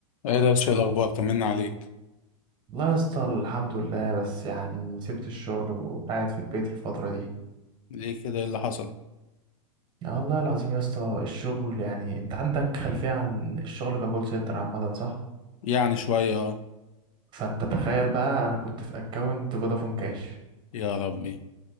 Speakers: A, on the left; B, on the right.
A: ايه ده شايل الاخبار طمنا عليك
B: والله يا اسطى الحمد لله بس يعني سبت الشغل وقاعد في البيت الفترة دي
A: ليه كده ايه اللي حصل
B: يعني والله العظيم يا اسطى الشغل يعني انت عندك خلفية عن الشغل ككول سنتر عامة صح؟
A: يعني شويه اه
B: فانت تخيل بقى انا كنت في اكونت فودافون كاش
A: يا ربي